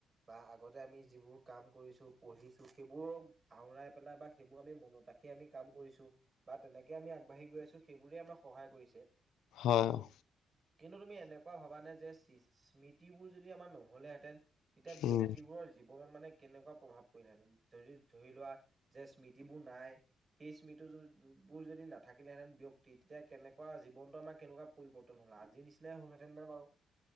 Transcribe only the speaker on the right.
বা আগতে আমি যিবোৰ কাম কৰিছো পঢ়িছো সেইবোৰক আওৰাই পেলাই বা সেইবোৰ আমি মনত ৰাখি আমি কাম কৰিছো বা তেনেকে আমি আগবাঢ়ি গৈ আছো সেইবোৰে আমাক সহায় কৰিছে।
কিন্তু তুমি এনেকুৱা ভবানে যে চি স্মৃতিবোৰ যদি আমাৰ নহলেহেঁতেন তেতিয়া ব্যক্তিবোৰৰ
জীৱনত মানে কেনেকুৱা প্ৰভাৱ পৰিলেহেঁতেন। যদি ধৰি লোৱা যে স্মৃতিবোৰ নাই সেই স্মৃতিবোৰ যদি নাথাকিলেহেতেন ব্যক্তি তেতিয়া কেনেকুৱা জীৱনটো আমাৰ কেনেকুৱ পৰিৱৰ্তন হ'ল আজিৰ নিচিনাই হ'ল হেতেন নে বাৰু?